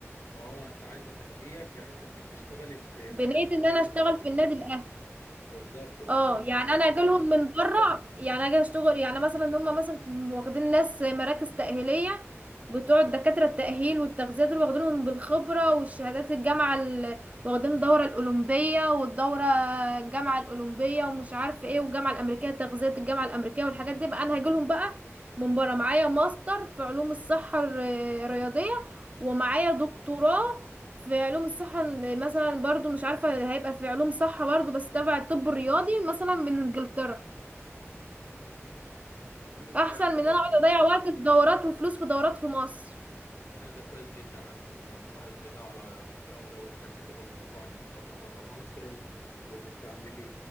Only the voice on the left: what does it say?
اه انت عايزة تغذية بحيث انك تشتغلي في
مكان كويس
يعني
بالظبط بالظبط
فا-
فاهم
امم
ده حاجة
كو-
لا ده كويس جدا على فكرة انصحك بده على فكرة ولو اهتمت بالموضوع انك تسافر بره مصر و... وانك تعملي